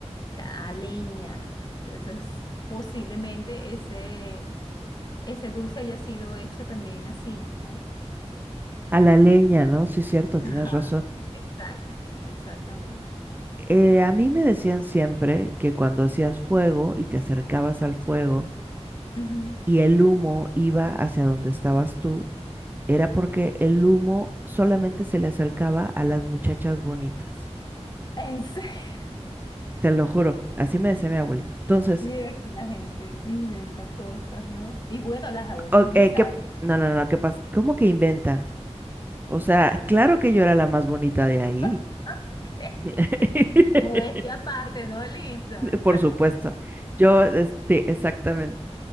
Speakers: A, on the left (about 40°); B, on the right (about 15°).
A: A leña. Entonces, posiblemente ese, ese dulce haya sido hecho también así, ¿no?
B: A la leña, ¿no? Sí, cierto, tienes
A: Ajá.
B: razón.
A: Exacto, exactamente.
B: Eh, a mí me decían siempre que cuando hacías fuego y te acercabas al fuego
A: Ujú.
B: y el humo iba hacia donde estabas tú, era porque el humo solamente se le acercaba a las muchachas bonitas.
A: En serio,
B: Te lo juro, así me decía mi abuelita. Entonces,
A: <laughs> mira que la gente inventa cosas, ¿no? Y bueno, las abuelas
B: o-
A: muy
B: eh,
A: sabias
B: ¿qué p- No,
A: también.
B: no, no, ¿qué pasa? ¿Cómo que inventan? O sea, claro que yo era la más bonita de ahí.
A: <laughs> ¿Qué?
B: <laughs>
A: Modestia aparte, ¿no, Lisa
B: Por supuesto. Yo, este, exactamente.